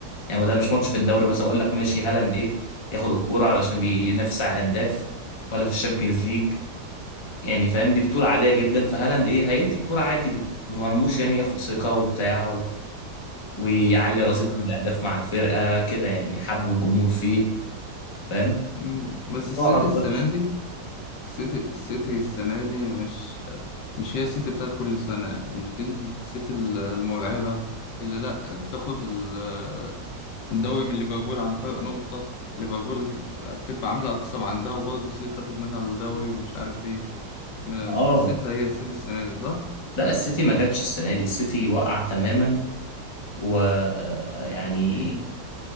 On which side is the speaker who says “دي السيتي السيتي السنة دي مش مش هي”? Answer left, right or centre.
Left